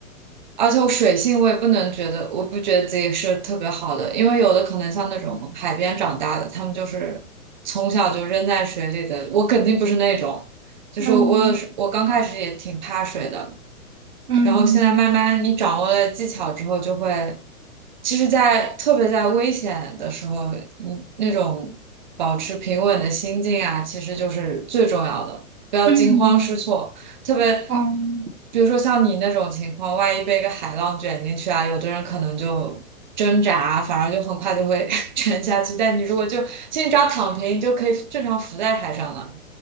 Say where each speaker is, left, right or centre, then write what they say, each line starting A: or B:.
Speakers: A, on the right; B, on the right.
A: 而且我水性我也不能觉得，我不觉得自己是特别好的，因为有的可能像那种海边长大的，他们就是从小就扔在水里的，我肯定不是那种。就是我有时我刚开始也挺怕水的，
B: 嗯嗯
A: 然后现在慢慢你掌握了技巧之后，就会，其实在，特别在危险的时候，你那种保持平稳的心境啊，其实就是最重要的，不要惊慌失措。
B: 嗯
A: 特别，
B: 嗯，
A: 比如说像你那种情况，万一被一个海浪卷进去啊，有的人可能就挣扎，反而就很快就会 <laughs> 沉下去。但你如果就，其实你只要躺平，你就可以正常浮在海上了。